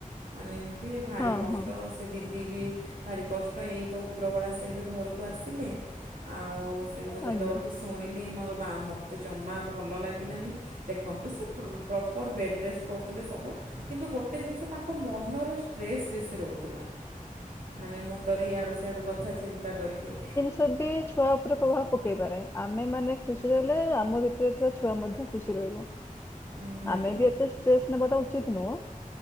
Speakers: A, on the right; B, on the left.
A: ମାନେ ଏମିତି ଭାରି
B: ହଁ
A: କଷ୍ଟ
B: ହଁ
A: ସେ ସେ ଦିଦି ବି ଭାରି କଷ୍ଟ ଏଇ ତ ଉପରବେଳା ସେ ଏବେ ଘରକୁ ଆସିଲେ ଆଉ ସେ ମୁଁ ଯେତେବେଳଠୁ
B: ଆଜ୍ଞା
A: ଶୁଣିଲି ମୋର ବା ମୋତେ ଜମା ଭଲ ଲାଗିଲାନି। ଦେଖନ୍ତୁ ସେ ପ୍ରପର୍ ବେଡ଼ ରେଷ୍ଟ କରୁଥିଲେ ସବୁ କିନ୍ତୁ ଗୋଟେ ଜିନିଷ ତାଙ୍କ ମନର ଷ୍ଟ୍ରେସ୍ ବେଶୀ ରହୁଥିଲା ମାନେ ମୁଣ୍ଡରେ ଇଆଡ଼ୁ ସିଆଡ଼ୁ କଥା ଚିନ୍ତା କରିକି
B: ଫିର୍ ବି ଛୁଆ ଉପରେ ପ୍ରଭାବ ପକେଇ ପାରେ ଆମେ ମାନେ ଖୁସି ରହିଲେ ଆମ ଭିତରେ ଥିବା ଛୁଆ ମଧ୍ୟ ଖୁସି ରହିବ
A: ନିହାତି
B: ଆମେ ବି ଏତେ ଷ୍ଟ୍ରେସ ନେବାଟା ଉଚିତ ନୁହଁ